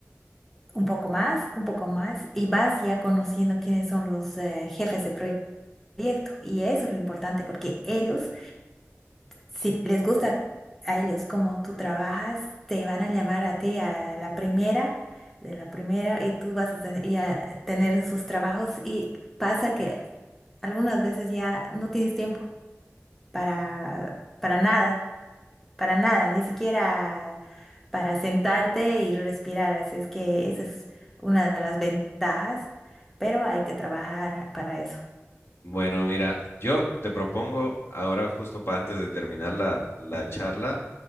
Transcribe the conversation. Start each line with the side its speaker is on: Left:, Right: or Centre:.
Centre: un poco más, un poco más, y vas ya conociendo quiénes son los eh, jefes de proyecto. Y eso es lo importante porque ellos si les gusta a ellos como tú trabajas, te van a llamar a ti a la primera, de la primera, y tú vas a tener, y a tener sus trabajos. Y pasa que algunas veces ya no tienes tiempo para, para nada, para nada, ni siquiera para sentarte y respirar. Así es que esa es una de las ventajas, pero hay que trabajar para eso.
Left: Bueno, mira, yo te propongo ahora, justo para antes de terminar la, la charla,